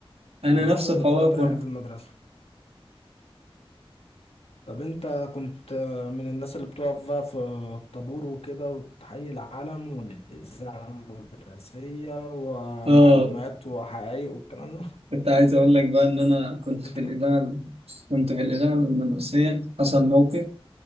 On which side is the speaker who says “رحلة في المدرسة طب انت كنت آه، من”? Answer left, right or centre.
Left